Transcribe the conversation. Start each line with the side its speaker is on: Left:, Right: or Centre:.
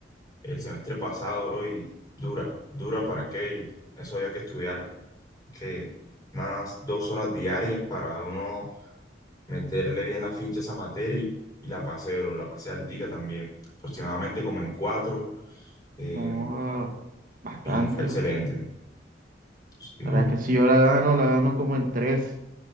Left: el semestre pasado, bro, y dura, dura para qué. Eso había que estudiar, que unas dos horas diarias para uno meterle bien la ficha a esa materia y, y la pasé, bro, la pasé altica también, aproximadamente como en cuatro, eh,
Right: Oh, bastante,
Left: y me fue excelente.
Right: bro.
Left: Sí, bro.
Right: La verdad que si yo la gano, la gano como en tres,